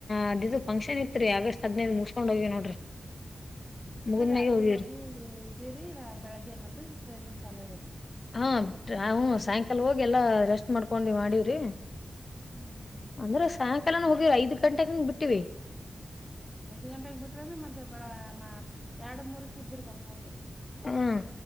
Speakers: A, on the left (about 45°); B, in the centre.
A: ಅದ ಫಂಕ್ಷನ್ ಇತ್ರಿ ಆಗಸ್ಟ್ ಹದ್ದ್ ಮುಸ್ಕೊಂಡ್ ಹೋಗಿವಿ ನೋಡ್ರಿ
B: <unintelligible> ಅಂದ್ರೆ
A: ಮುಗಿದ್ಮ್ಯಾಗೆ
B: ರಾತ್ರಿ
A: ಹೋಗಿವ್ರಿ
B: ಹೋಗಿ ಇದ್ದಿರಿ ಬೆಳಗ್ಗೆ ಮಂತ ಟ್ರೈನಿಂಗ್ ಚಾಲುವ ಆಗ್ಯದ
A: ಹಾ ಹ ಸಾಯಂಕಾಲ ಹೋಗಿ ಎಲ್ಲಾ ರೆಸ್ಟ್ ಮಾಡ್ಕೊಂಡಿವ ಮಾಡೀವ್ರಿ
B: ಹ್ಮ್
A: ಅಂದ್ರೆ ಸಾಯಂಕಾಲನ ಹೋಗಿರ ಐದ್ ಗಂಟೆೆಗೆಂಗ ಬಿಟ್ಟಿವವಿ
B: ಐದ್ ಗಂಟೆೆಗೆ ಬಿಟ್ರ ಅಂದ್ರೆ ಮತ್ತೆ ಬಾಳ ಎರಡು ಮೂರಕ್ ಇದಿರ್ಬೇಕಕ್ ಹೋಗಿ
A: ಹ್ಮ